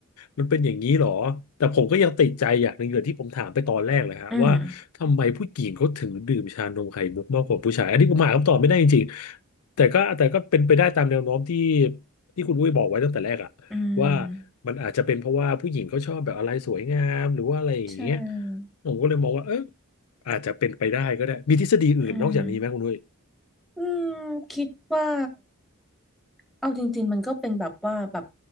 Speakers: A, on the left; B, in the centre.
A: มันเป็นอย่างนี้เหรอ แต่ผมก็ยังติดใจอย่างหนึ่งเลยที่ผมถามไปตอนแรกเลยฮะว่าทำไมผู้หญิงเขาถึงดื่มชานมไข่มุกมากกว่าผู้ชายอันนี้ผมหาคำตอบไม่ได้จริงๆแต่ก็แต่ก็เป็นไปได้ตามแนวโน้มที่
B: อืม
A: ที่คุณอุ้ยบอกไว้ตั้งแต่แรกอะ
B: อืม
A: ว่ามันอาจจะเป็นเพราะว่าผู้หญิงเขาชอบแบบอะไรสวยงามหรือว่าอะไรอย่างเงี้ย
B: ใช่
A: ผมก็เลยมองว่าเอออาจจะเป็นไปได้ก็ได้มีทฤษฎีอื่นนอกจากนี้ไหมคุณอุ้ย
B: อืมอืมคิดว่าเอาจริงๆมันก็เป็นแบบว่าแบบ